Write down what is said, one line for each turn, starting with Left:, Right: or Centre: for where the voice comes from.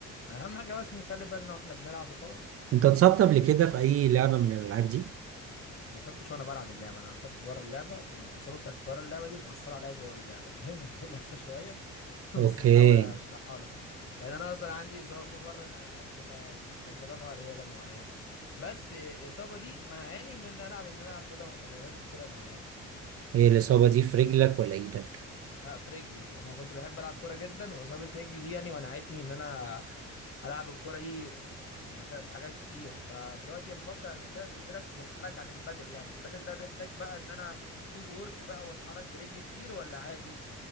Left: اهم حاجه بس نخلي بالنا واحنا بنلعب وخلاص
Right: انت اتصبت قبل كده في اي لعبة من الالعاب دي
Left: ما اتصبتش وانا بلعب اللعبه انا اتصبت بره اللعبه والاصابه بتاعت بره اللعبه دي مؤثره عليا جوه اللعبه فاهم <laughs> هي لفه شويه <laughs> بس
Right: اوكي
Left: بحاول اشرحها لك يعني انا اصلا عندي اصابه بره الالعاب كلها يعني مش كان سببها رياضه معينه بس الاصابه دي منعاني من ان العب ان انا العب رياضه رياضات كتيره معينه
Right: هي الاصابة دي في رجلك ولا ايدك
Left: ها، في رجلي انا كنت بحب العب كوره جدا واصابه رجلي دي يعني منعتني ان انا العب الكوره دي بسبب حاجات كتير فدلوقتي بفكر عشان كده قلت لك واسالك عن البدل يعني البدل ده بيحتاج بقى ان انا فوت وورك بقى واتحرك برجلي كتير ولا عادي